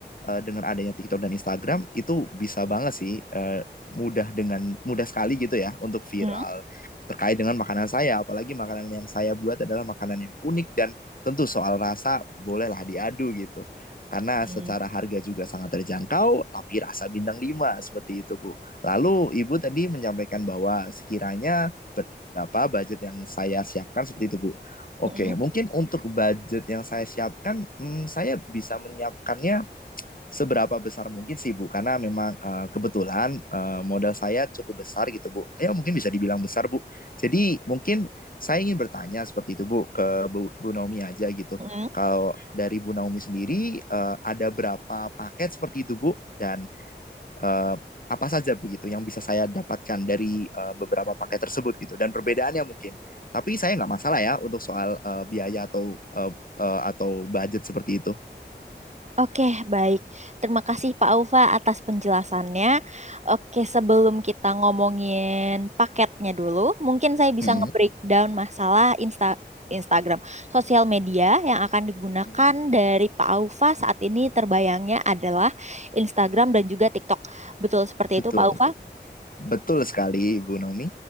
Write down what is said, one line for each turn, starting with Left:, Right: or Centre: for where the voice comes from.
Left: uh, dengan adanya TikTok dan Instagram itu bisa banget sih uh, mudah dengan mudah sekali gitu ya untuk viral
Right: Hmm,
Left: terkait dengan makanan saya apalagi makanan yang saya buat adalah makanan yang unik dan tentu soal rasa bolehlah diadu gitu karena
Right: hmm,
Left: secara harga juga sangat terjangkau, tapi rasa bintang 5 seperti itu, Bu. Lalu Ibu tadi menyampaikan bahwa sekiranya berapa budget yang saya siapkan seperti itu, Bu. Oke,
Right: hmm,
Left: mungkin untuk budget yang saya siapkan, hmm, saya bisa menyiapkannya seberapa besar mungkin sih Bu, karena memang eh, kebetulan eh, modal saya cukup besar gitu Bu. Ya mungkin bisa dibilang besar Bu. Jadi mungkin saya ingin bertanya seperti itu Bu ke Bu, Bu Naomi aja gitu.
Right: hmm.
Left: Kalau dari Bu Naomi sendiri eh, ada berapa paket seperti itu Bu? Dan eh, apa saja begitu yang bisa saya dapatkan dari eh, beberapa paket tersebut gitu dan perbedaannya mungkin tapi saya nggak masalah ya untuk soal eh, biaya atau eh, eh, atau budget seperti itu
Right: Oke, baik. Terima kasih Pak Ufa atas penjelasannya. Oke, sebelum kita ngomongin paketnya dulu, mungkin saya bisa
Left: Mm-mm.
Right: nge-breakdown masalah Insta Instagram, sosial media yang akan digunakan
Left: Mm-mm.
Right: dari Pak Ufa saat ini terbayangnya adalah Instagram dan juga TikTok. Betul seperti
Left: betul
Right: itu, Pak Ufa?
Left: betul sekali Ibu Naomi